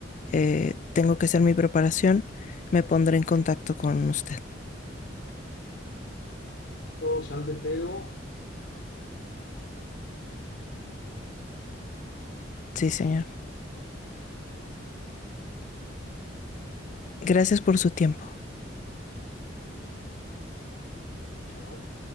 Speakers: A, on the left (about 40°); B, on the left (about 75°).
A: eh, tengo que hacer mi preparación, me pondré en contacto con usted.
B: Esto, salve Teo.
A: Sí, señor. Gracias por su tiempo.
B: Chao.